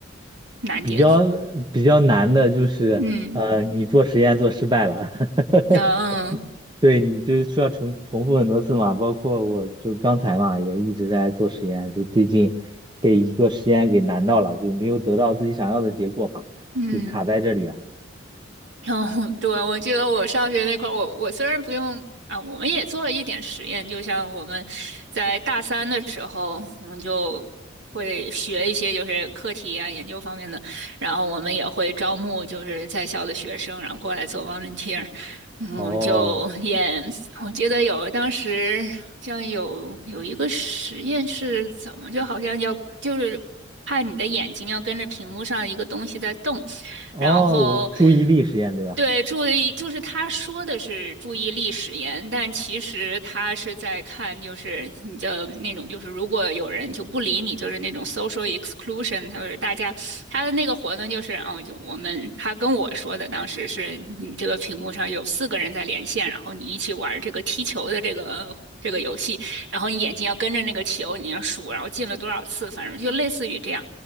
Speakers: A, on the right; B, on the right.
A: 难点？
B: 比较比较难的就是，
A: 嗯，
B: 呃，你做实验做失败了。<laughs>
A: 嗯
B: 对你就是需要重重复很多次嘛，包括我就刚才嘛，也一直在做实验，就最近被一个实验给难到了，就没有得到自己想要的结果嘛，
A: 嗯。
B: 就卡在这里了。
A: <laughs> 然后，对，我记得我上学那块儿，我我虽然不用啊，我们也做了一点实验，就像我们在大三的时候，我们就会学一些就是课题啊、研究方面的，然后我们也会招募就是在校的学生，然后过来做 volunteer。嗯，
B: 哦
A: 我们就演。我记得有当时好像有有一个实验是怎么，就好像要就是看你的眼睛要跟着屏幕上一个东西在动，
B: 哦，
A: 然后。
B: 我注意力实验对吧？
A: 对，注意，就是他说的是注意力使言，但其实他是在看，就是你的那种，就是如果有人就不理你，就是那种 social exclusion，他就是大家他的那个活动就是，哦，就我们他跟我说的，当时是你这个屏幕上有四个人在连线，然后你一起玩这个踢球的这个这个游戏，然后你眼睛要跟着那个球，你要数，然后进了多少次，反正就类似于这样。